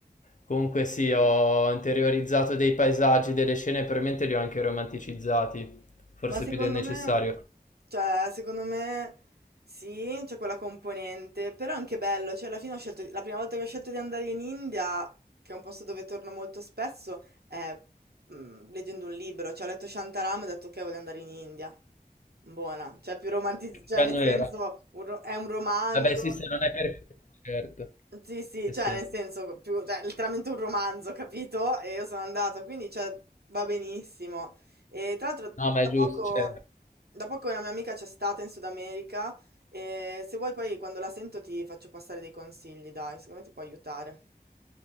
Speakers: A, on the left; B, on the right.
A: Comunque sì, ho interiorizzato dei paesaggi, delle scene, probabilmente li ho anche romanticizzati, forse
B: Ma secondo
A: più del necessario.
B: me, cioè, secondo me sì, c'è quella componente, però è anche bello, cioè alla fine ho scelto, la prima volta che ho scelto di andare in India, che è un posto dove torno molto spesso, è mm, leggendo un libro, cioè ho letto Shantaram e ho detto ok, voglio andare in India. Buona, cioè più romantizzata, cioè
A: Che anno
B: nel senso
A: era?
B: un ro- è un romanzo.
A: Vabbè sì, se non è per... Certo,
B: Sì, sì,
A: sì
B: cioè
A: sì.
B: nel senso, più, cioè, letteralmente un romanzo, capito? E io sono andata, quindi cioè, va benissimo. E tra l'altro,
A: No, ma
B: da
A: è giusto,
B: poco,
A: cioè.
B: da poco una mia amica c'è stata in Sud America e se vuoi poi quando la sento ti faccio passare dei consigli, dai, secondo me ti può aiutare.